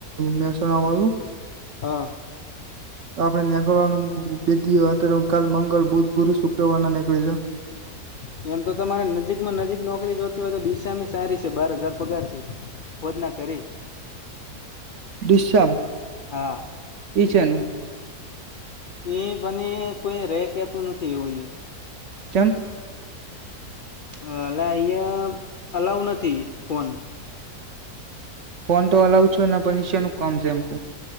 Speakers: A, on the right; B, on the left.
A: મેસોના વાળું
B: હા.
A: તો આપણે નીકળવાનું બે દ અત્યારે હ કાલ મંગલ બુધ ગુરુ શુક્રવાર ના નીકળી જા
B: હ. એમ તો તમારે નજીક માં નજીક નોકરી જોતી હોય તો ડીસા મા સારી છે બાર હજાર પગાર છે. હોધયા કરી.
A: ડીસા
B: હા
A: ઈ શેનું.
B: એ બને કોઈ રે કેતું નથી એવું એ.
A: ચમ.
B: અ એલા અહીંયા અલાઉ નથી ફોન. -'
A: ફોન તો અલાઉ છો ને પણ એનું કમ સેમ્પુ